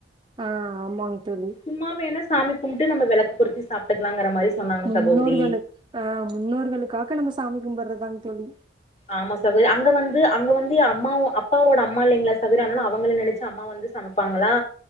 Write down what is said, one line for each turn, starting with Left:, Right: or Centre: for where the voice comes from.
Right: ஆஹ் ஆமாங்க தோழி
Left: சும்மா வேணா சாமி கும்ப்ட்டு நம விளக்கு பொருத்தி சாப்ட்டுக்கலாங்கற மாரி சொன்னாங்க
Right: முன்னோருகளுக்கு
Left: சகோதரி
Right: ஆஹ் முன்னோர்களுக்காக நம்ம சாமி கும்படுறதாங்க தோழி
Left: ஆமா சகோதர் அங்க வந்து அங்க வந்து அம்மாவ அப்பாவோட அம்மா இல்லைங்களா சகோதரி ஆனாலா அவங்கள நினைச் சி அம்மா வந்து சமைப்பாங்களா